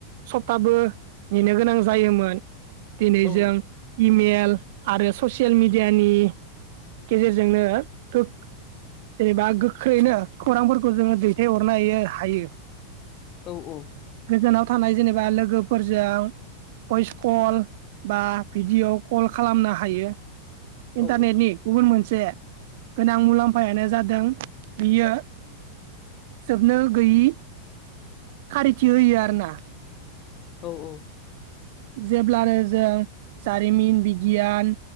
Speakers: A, on the right; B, on the left.
A: आबो नेनो गोनां जायोमोन दिनै
B: औ
A: जों इमेल आरो ससियेल मिडियानि गेजेरजोंनो गो जेनेबा गोख्रैनो खौरांफोरखौ जोङो दैथाय हरनो हायो हायो।
B: औ औ।
A: गोजानाव थानाय जेनेबा लोगोफोरजों। भइस कल बा भिडिय' कल खालामनो हायो। इन्टारनेटनि
B: औ
A: गुबुन मोनसे गोनां मुलाम्फायानो जादों। बियो जोबनो गैयि खारिथि होयो आर ना।
B: औ औ।
A: जेब्लानो जों जारिमिन, बिगियान